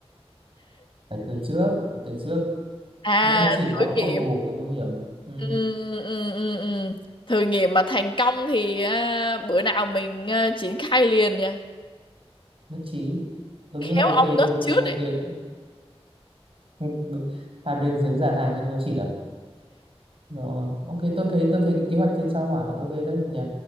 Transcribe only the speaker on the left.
à
thử
nghiệm
ừ, ừ, ừ, ừ. thử nghiệm mà thành công thì à, bữa nào mình à, triển khai liền nha
khéo
ông ngất
trước
đấy